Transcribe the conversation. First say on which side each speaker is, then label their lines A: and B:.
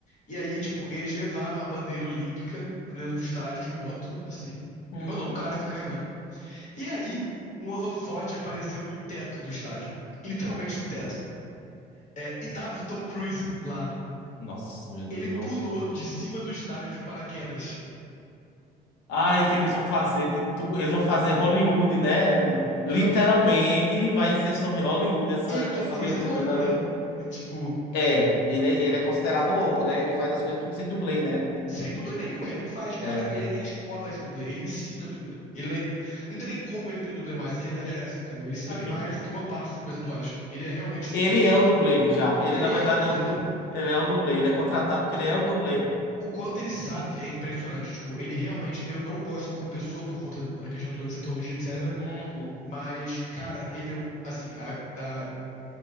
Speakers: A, on the left; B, on the left.
A: E aí, tipo, eles levaram a bandeira olímpica pro dentro do estádio de moto, assim.
B: Uhum.
A: De moto, não, um cara foi carregando. E aí, um holofote apareceu no teto do estádio. Literalmente no teto. É, e tava o Tom Cruise lá.
B: Nossa, meu Deus,
A: Ele pulou
B: vão...
A: de cima do estádio de paraquedas.
B: Ai, que eles vão fazer de tudo, eles vão fazer Hollywood, né? Literalmente
A: Aham. Uhum.
B: vai ser sobre Hollywood essa,
A: E o Tom
B: essa
A: Cruise
B: abertura
A: é louco,
B: da...
A: né? E, tipo,
B: É, ele, é, ele é considerado louco, né? Ele faz as coisas tudo sem dublê, né?
A: sem dublê nenhum, é ele que faz. Cara,
B: É.
A: ele tem escola de dublê, ele ensina dublê. Ele não tem nem como ele ter dublê mais, a realidade é essa, entendeu? Ele sabe
B: <laughs>
A: mais do que boa parte dos dublês atuais. Ele é realmente, tipo,
B: Ele é o dublê já. Ele,
A: Ele
B: na verdade,
A: é o dublê,
B: é o du...
A: cara.
B: ele é o dublê. Ele é contratado porque ele é o dublê.
A: O quanto ele sabe é impressionante. Tipo, ele realmente. Eu não gosto dele como pessoa por conta da questão toda de cientologia, etc.
B: Uhum.
A: Mas, cara, ele é um. Assim, a. a,